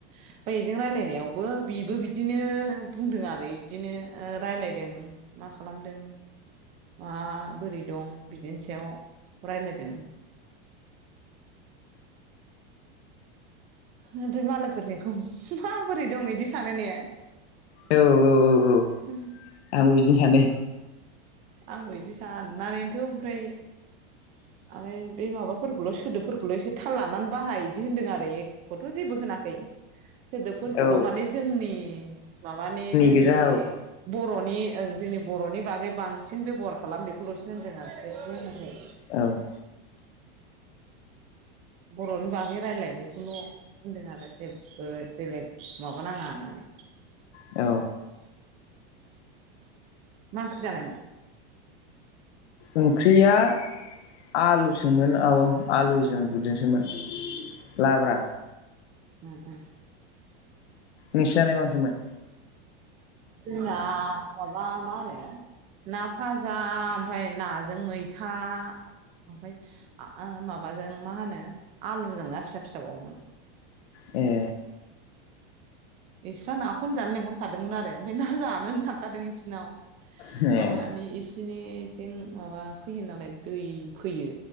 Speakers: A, on the right; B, on the left.
A: ओमफाय बेजों रायलायनायावबो बिबो बिदिनो बुंदों आरो इदिनो रायलायदों मा खालामदों मा बोरै दं बिदिनि सायाव रायलायदों। ओमफ्राय मालायफोरनिखौ माबोरै दं इदि सानो ने
B: औ औ औ औ
A: उम
B: आंबो बिदिनो सानो
A: आंबो बिदि साननानैथ' ओमफ्राय आमफाय बे माबाफोरखौल' सोदोबफोरखौल' एसे थाल लानानै बाहाय इदि होन्दों आरो एखौथ' जेबो होनाखै सोदोबफोरखौल'
B: औ
A: माने जोंनि माबानि जोंनि
B: गोजा औ
A: बर'नि ओं जोंनि बर'नि बागै बांसिन बेब'हार खालाम बेखौल'सो होनदों आरो बेखौ होनाखै
B: औ
A: बर'नि बागै रायलाय बेखौल' होनदों आरो जेबबो बेलेग माबा नाङा होननानै
B: औ
A: मा ओंख्रि जानायमोन?
B: ओंख्रिया आलुसोमोन औ आलुजों बुदजोंसोमोन। लाब्रा
A: ओ ओ
B: नोंसिनालाय मा ओंख्रैमोन?
A: जोंना माबा मा होनो ना फाजा ओमफाय नाजों मैथा ओमफाय माबाजों मा होनो आलुजों ना फिसा फिसाबाव मोन।
B: ए
A: इस्रा नाखौनो जानो लेंहरखादोंमोन आरो ओमफ्राय ना जानोन थांखादों इसिनाव
B: ए
A: माबानि इसिनिथिं माबा फैयो नालाय दै फैयो